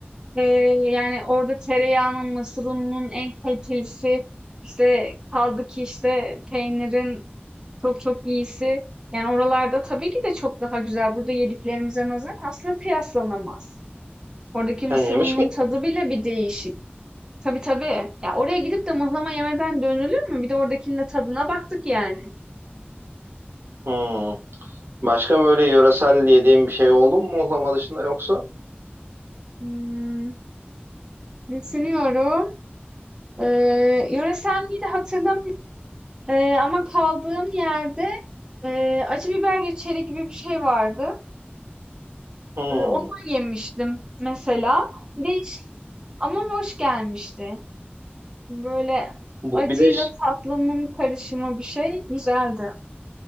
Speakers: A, on the right; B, on the right.
A: Eee, yani orada tereyağının, mısır ununun en kalitelisi, işte kaldı ki işte peynirin çok çok iyisi. Yani oralarda tabii ki de çok daha güzel. Burada yediklerimize nazaran aslında kıyaslanamaz. Oradaki mısır
B: Sen yemiş
A: ununun
B: miydin?
A: tadı bile bir değişik. Tabii tabii. Ya oraya gidip de mıhlama yemeden dönülür mü? Bir de oradakinin de tadına baktık yani.
B: Hmm. Başka böyle yöresel yediğin bir şey oldu mu muhlama dışında yoksa?
A: Hmm, düşünüyorum. Eee yöresel miydi hatırlamıyorum. Eee, ama kaldığım yerde eee, acı biber reçeli gibi bir şey vardı.
B: Hmm.
A: Eee, ondan yemiştim mesela. Değiş. ama hoş gelmişti. Böyle
B: Bu
A: acıyla
B: bir de
A: tatlının karışımı bir şey güzeldi.